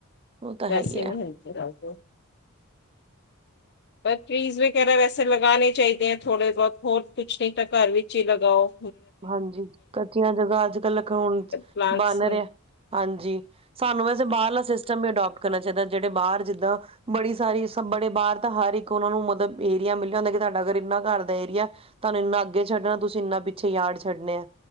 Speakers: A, on the right (about 25°); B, on the left (about 50°).
A: ਉਹ ਤਾਂ ਹੈ
B: ਵੇਸੇ
A: ਹੈ
B: ਹੀ ਨੀ ਹਿਲਕੇ ਰਾਜ਼ੀ। ਟ੍ਰੀਜ਼ ਵਗੈਰਾ ਵੈਸੇ ਲਗਾਣੇ ਚਾਹੀਦੇ ਏ ਥੋੜੇ ਬਹੁਤ ਹੋਰ ਕੁਛ ਨਹੀਂ। ਤਾਂ ਘਰ ਵਿੱਚ ਹੀ ਲਗਾਉ।
A: ਹਾਂਜੀ ਕੱਚੀਆਂ ਜਗ੍ਹਾ ਅੱਜਕੱਲ੍ਹ ਲਖਾਉਣ 'ਚ
B: ਪਲਾਂਟਸ
A: ਬਨ ਰਿਹੈ। ਹਾਂਜੀ ਸਾਨੂੰ ਵੈਸੇ ਬਾਹਰਲਾ ਸਿਸਟਮ ਵੀ ਅਡੋਪਟ ਕਰਨਾ ਚਾਹੀਦੈ। ਜਿਹੜੇ ਬਾਹਰ ਜਿੱਦਾਂ ਬੜੀ ਸਾਰੀ ਸਭ ਬੜੇ ਬਾਹਰ ਤਾਂ ਹਰ ਇੱਕ ਉਹਨਾ ਨੂੰ ਮਤਲਬ ਏਰੀਆ ਮਿਲਿਆ ਹੁੰਦਾ ਕਿ ਤੁਹਾਡਾ ਅਗਰ ਇੰਨਾ ਘਰ ਦਾ ਏਰੀਆ, ਤੁਹਾਨੂੰ ਇੰਨਾ ਅੱਗੇ ਛੱਡਣਾ ਤੁਸੀਂ ਇੰਨਾ ਪਿ ਪਿੱਛੇ ਯਾਡ ਛੱਡਣੇ ਆ।